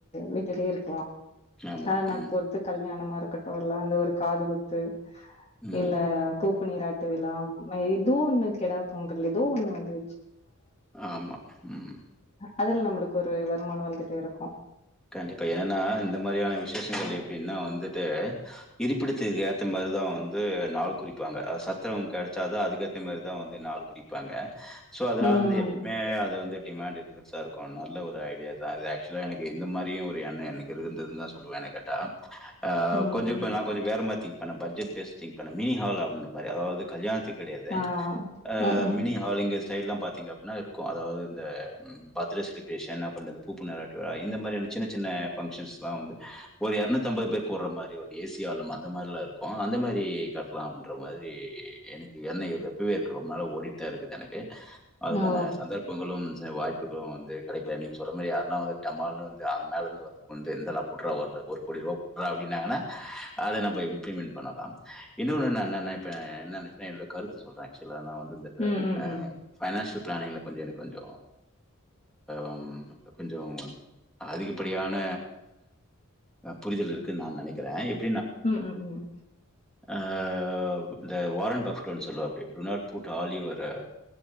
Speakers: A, on the left; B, in the centre.
A: வே <inaudible> இருகலாம்
B: ஆமா.
A: த நாள்
B: ம்,
A: பொருத்து கல்யாணமா இருக்கட்டும் ஊர்ல அங்க ஒரு காது குத்து
B: ம்.
A: இல்ல பூப் நீரட்டு விழா ஏதோ ஒண்ணு கெடாபொங்கல் ஏதோ ஒண்ணு வந்துரு
B: ஆமா ம்
A: அதுல நமக்கு ஒரு வருமானம் வந்துட்டே இருக்கும்
B: கண்டிபா என்னா இந்த மாரியான விசேஷங்கள் எப்டினா வந்துட்டு இருப்பிடச்செய்தி ஆத்து மாரிதான் வந்து நாள் குறிப்பாங்க சட் சாவுங்க கெடசதான் அதுகேதா மாரி தான் வந்து நாள் குறிபாங்க சோ அதனால
A: ம்
B: வந்து எப்மே அது வந்து டிமாண்ட் இருந்துட்டுதா இருக்கு நல்ல ஒரு ஐடியாதா அது ஆக்சுவலா எனக்கு இது இந்த மாரியு ஒரு எண்ணோ எனக்கு இருந்துதுன்னுதா சொ சொல்லுவே என்ன கேட்டா ஆ
A: ம்
B: கொஞ்சோ இப்ப நா கொஞ்சோ வேற மாரி திங்க் ஏன்னா பட்ஜெட் பேஸ்டிங் ப்ப இந்த மினி ஹால் அப்டின்ற மாரி அதாவது கல்யாணத்துக்கு கெடையாது
A: ஆ
B: ஆ
A: ம் ம்
B: மினி ஹால் எங்க சைடுலா பாத்தீங்க அப்டின்னா க்கு அதாவது இந்த ம் பர்த்டே செலிப்ரேஷன் அப்றோ இந்த பூப்பு நன்னீராட்டு விழா இந்த மாரியான சின்ன சின்ன பங்கஷன்ஸ்லா வந்து ஒரு எரநூத்தி அம்பது பேரு கூடுற மாரி ஒரு ஏசியாலம் அந்த மாரல்லா இருக்கு க்கு அந்த மாரி கட்லா அப்டின்ற மாதிரி எனக்கு எண்ணோ இருக்கு எப்பவோ இருக்கு ரொம்ப நாளா ஓடிட்டுதா இருக்கு எனக்கு அதுக்கான
A: ஓ
B: சந்தர்ப்பங்களும் <unintelligible> வாய்ப்புகளு வந்து கெடைக்கல நீங்க சொன்ன மாரி யாருனா வந்து வந்து மேல இருந்து வந்து கொந்துந்தல <unintelligible> வரல ஒரு கோடி ரூபா <unintelligible> ப்டினாங்கனா அத நம்ப இம்ப்ளிமெண்ட் பண்ணலா இன்னொன்னு என்னனா இப்ப என்ன அப்டினா என்னோட கருத்த சொல்றே ஆச்சுவலா நா வந்து <unintelligible>
A: ம் ம்
B: ஆ
A: ம்
B: பைனான்ஷியல் பிளானிங்ல கொஞ்ச எனக்கு கொஞ்ச அம் கொஞ்சம் அதிகப்படியான ஆ புரிதல் இருக்குன்னு நா நெனைக்கிறேன் இப்
A: உம் உம் உம்
B: ஆ இந்த வாரன் பஃபெட் ஒண்ணு சொல்லுவாப்டி to not put all your uh